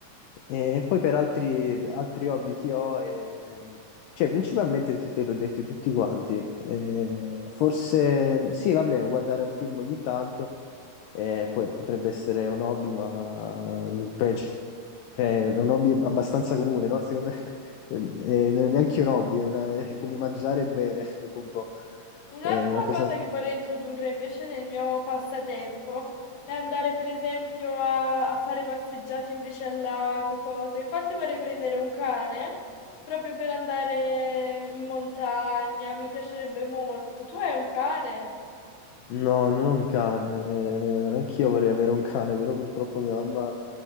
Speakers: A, on the left (about 75°); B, on the left (about 50°).
A: E poi per altri, altri hobby che ho, ehm, cioè principalmente te l'ho detti tutti quanti, Eh, forse sì, vabbè, guardare un film ogni tanto, eh, poi potrebbe essere un hobby, ma mm, peggio cioè, è un hobby abbastanza comune, no? Secondo me <laughs> eh, non è neanche un hobby, è, una- è come mangiare e bere <laughs> dopo un po'.
B: Un'altra
A: È una cosa...
B: cosa che vorrei introdurre invece nel mio passatempo è andare per esempio a, a fare passeggiate invece al lago, cose. Infatti vorrei prendere un cane proprio per andare in montagna, mi piacerebbe molto. Tu hai un cane?
A: No, non ho un cane. Eh, anch'io vorrei avere un cane, però purtroppo mia mamma